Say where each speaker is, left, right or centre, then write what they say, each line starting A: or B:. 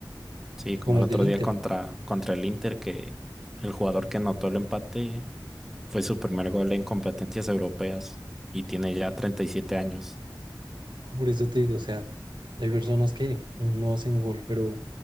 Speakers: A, in the centre; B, on the right.
A: sí, como
B: Como
A: el
B: el
A: otro
B: del Inter,
A: día contra, contra el Inter, que el jugador que anotó el empate Fue su primer gol en competencias europeas y tiene ya 37 años.
B: Por eso te digo, o sea, hay personas que no hacen gol, pero